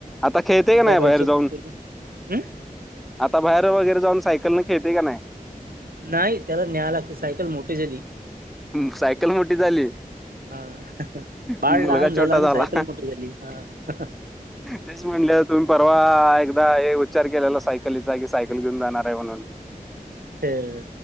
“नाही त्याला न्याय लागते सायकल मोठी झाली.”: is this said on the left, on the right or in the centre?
Right